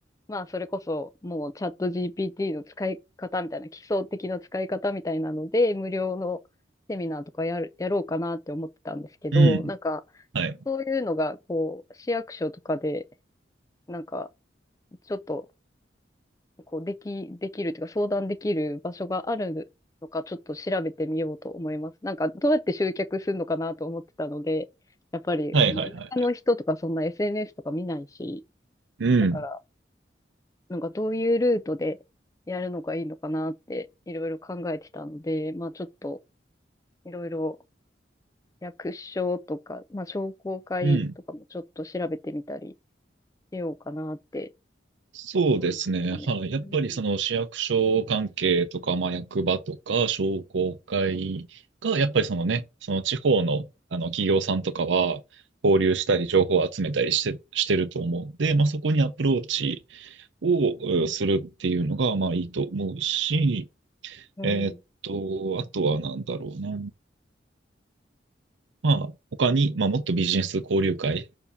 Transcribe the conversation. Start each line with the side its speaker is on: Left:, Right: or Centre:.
Left: まあそれこそもうチャット GPT の使い方みたいな、基礎的な使い方みたいなので、無料のセミナーとかやる、やろうかなって思ってたんですけど、
Right: うん。
Left: なんか、
Right: はい。
Left: そういうのが、こう、市役所とかで、なんか、ちょっと、こう、でき、できるというか、相談できる場所があるのか、ちょっと調べてみようと思います。なんか、どうやって集客するのかなと思ってたので、やっぱり、
Right: はいはいはいはい。
Left: その、田舎の人とか、そんな SNS とか見ないし、
Right: うん。
Left: だから、なんか、どういうルートでやるのがいいのかなって、いろいろ考えてたので、まあ、ちょっと、いろいろ、役所とか、まあ、商工会とかもちょっと調べてみたり
Right: うん。
Left: しようかなって、
Right: そうですね。
Left: 思いましたね。
Right: はい。やっぱりその市役所関係とか、
Left: うん。
Right: まあ、役場とか商工会が、やっぱりそのね、その地方の、あの企業さんとかは交流したり情報を集めたりして、してると思うんで、まあ、そこにアプローチをうんするっていうのが、まあいいと思うし、
Left: うん。
Right: えーっと、あとはなんだろうな。まあ他に、まあもっとビジネス交流会、